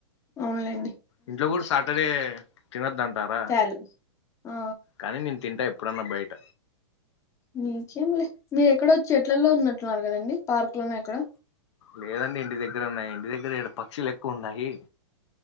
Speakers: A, on the left; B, on the left.
A: అవునులేండి
B: ఇంట్లో గూడా సాటర్డే తినద్దంటారా
A: తారు ఆ
B: కానీ నేను తింటా ఎప్పుడన్నా బయట
A: నిజమే మీరెక్కడో చెట్లలో ఉన్నట్లున్నారు కదండి పార్క్ లోనో ఎక్కడో
B: లేదండి ఇంటి దగ్గర ఉన్నా ఇంటి దగ్గర ఇడ పక్షులు ఎక్కువ ఉన్నాయి